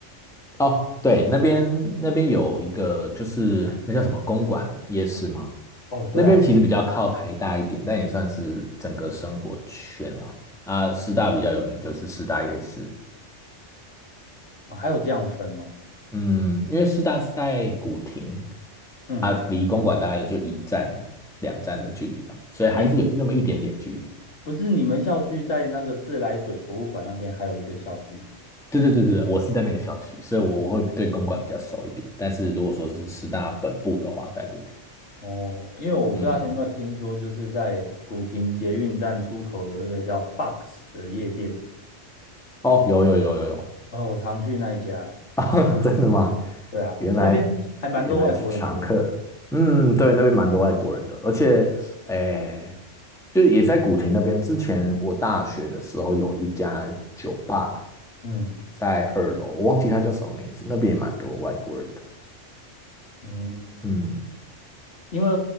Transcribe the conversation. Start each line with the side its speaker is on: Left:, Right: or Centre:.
Centre: 哦，对，那边那边有一个就是那叫什么公馆夜市吗？
Left: 哦，对啊，
Centre: 那边其实比较靠台大一点，
Left: 对啊，
Centre: 但也算是整个生活圈啦。啊，师大比较有名就是师大夜市，
Left: 哦还有这样分哦。
Centre: 嗯，因为师大在古亭，
Left: 嗯。
Centre: 啊，离公馆大概也就一站两站的距离吧，所以还是有那么一点点距离。
Left: 哎。不是你们校区在那个自来水博物馆那边还有一个校区
Centre: 对对对对，我是在那个小区，所以我我会对公馆比较熟一点。但是如果说是师大本部的话，在古亭，
Left: 哦，因为我不知道你有没有听说，
Centre: 嗯嗯，嗯
Left: 就是在古亭捷运站出口有一个叫 Box 的夜店，
Centre: 哦，有有有有有。
Left: 哦，我常去那一家。
Centre: <laughs> 啊，真的吗？
Left: 对啊，
Centre: 原来原来是常客。
Left: 那边还蛮多外国人的耶
Centre: 嗯，对，那边蛮多外国人的，而且，诶，就是也在古亭那边。之前我大学的时候有一家酒吧
Left: 嗯
Centre: 在二楼，我忘记它叫什么名字，那边也蛮多外国人的。
Left: 嗯，
Centre: 嗯，
Left: 因为